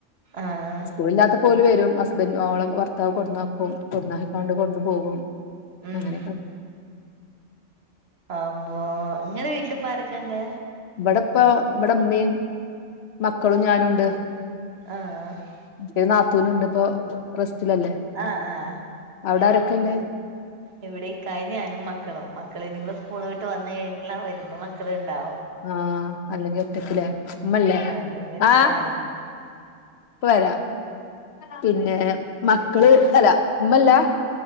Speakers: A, on the right; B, on the left.
A: ആഹ്
B: സ്കൂളില്ലാത്തപ്പോ ഓല് വരും ഹസ്ബൻറും ഓളെ ഭർത്താവ് കൊണ്ടന്നാക്കും കൊടന്നാക്കിക്കാണ്ട് കൊണ്ടുപോകും
A: ഉം
B: അങ്ങനെയൊക്കെ
A: പാമ്പോ ഇങ്ങടെ വീട്ടിലിപ്പാരൊക്കെണ്ട്
B: ഇവിടെപ്പൊ ഇവടുമ്മേം മക്കളും ഞാനുണ്ട്
A: ആഹ് ആ
B: <unintelligible> നാത്തൂനുണ്ട് ഇപ്പൊ റെസ്റ്റിലല്ലേ
A: ആഹ് ആഹ്
B: അവിടെ ആരൊക്കെള്ളെ
A: ഇവിടേക്കായും ഞാനും മക്കളും മക്ക ളിനിപ്പോ സ്കൂള് വിട്ട് വന്ന് കഴിഞ്ഞില്ല വരുമ്പം മക്കള്ണ്ടാവും
B: ആഹ് അല്ലെങ്കി ഒറ്റക്കില്ലെ ഉമ്മല്ലേ
A: ആഹ് അല്ലെങ്കി ഒറ്റ
B: ആ
A: ആഹ്
B: പ്പവരാ പിന്നെ മക്കള് അല്ല ഉമ്മല്ല